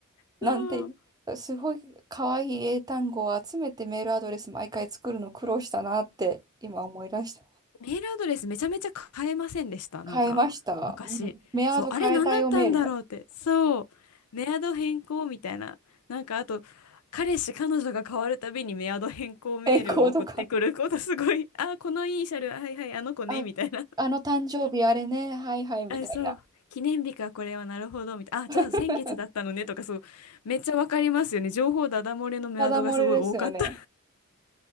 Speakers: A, on the left; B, on the right.
A: そう。
B: なんて、すごい可愛い英単語を集めてメールアドレス毎回作るの苦労したなって今思い出した。
A: メールアドレスめちゃめちゃ変えませんでした。なんか、
B: 変えました。
A: 昔。
B: うんメアド変えたよメールも。
A: そう、あれ何だったんだろうって。そう、メアド変更みたいな。なんかあと、彼氏、彼女が変わるたびにメアド変更メールを送ってくることすごい。
B: 変更とか。
A: <laughs> あ、このイニシャル、はいはい、あの子ね、
B: あ、
A: みたいな。
B: あの誕生日あれね、はいはいみたいな。
A: <laughs> あ、そう。記念日か、これは、なるほど、みたいな。あ、
B: <laughs>
A: じゃあ先月だったのね、とか、そう。めっちゃわかりますよね。情報ダダ漏れのメアドがすごい多かった。
B: ただ漏れですよね。